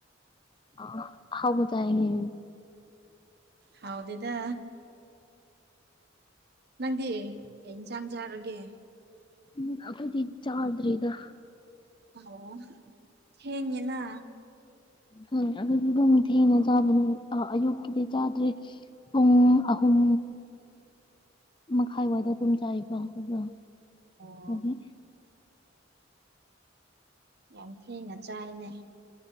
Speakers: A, on the left; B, on the right.
A: ꯑ ꯍꯕꯗꯉꯦ
B: ꯍꯥꯎꯗꯗ ꯅꯪꯗꯤ ꯀ ꯏꯟꯁꯥꯡ ꯆꯥꯔꯒꯦ
A: ꯎꯝ ꯑꯗꯤ ꯏ ꯆꯥꯗ꯭ꯔꯔꯤ ꯏꯒ
B: ꯑꯣ ꯍꯦꯡꯂ
A: ꯍꯝ ꯑꯗꯨꯗꯤ ꯑꯗꯨꯝ ꯊꯦꯡꯅ ꯆꯥꯕꯅꯤ ꯑꯌꯨꯛꯀꯤꯗꯤ ꯆꯥꯗ꯭ꯔꯦ ꯄꯨꯡ ꯑꯍꯨꯝ ꯃꯈꯥꯏꯋꯥꯏꯗ ꯑꯗꯨꯝ ꯆꯥꯏꯕ ꯑꯗꯨꯒ
B: ꯑꯣ
A: ꯑꯣꯒꯤꯦ
B: ꯌꯥꯝ ꯊꯤꯅ ꯆꯥꯏꯅꯦ